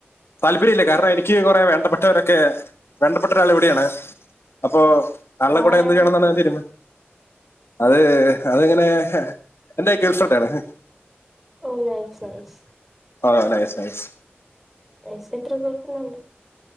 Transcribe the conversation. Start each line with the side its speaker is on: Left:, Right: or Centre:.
Left: താല്പര്യ ഇല്ലേ കാരണം എനിക്ക് കുറെ വേണ്ടപ്പെട്ടവരൊക്കെ വേണ്ടപ്പെട്ട ഒരാള് ഇവിടെയാണ് അപ്പോ ര ആൾടെകൂടെ
Centre: ഓ ആരാണ്
Left: എന്ത് ചെയ്യണെന്നാണ് തീര്മാനം അത് അതങ്ങനെ എന്റെ ഗേൾഫ്രണ്ടായിരുന്നു.
Centre: ഓ നൈസ് നൈസ്
Left: ആ നൈസ് നൈസ്
Centre: വയസ്സ് എത്ര ഗേൾ ഫ്രണ്ടിന്നുണ്ട്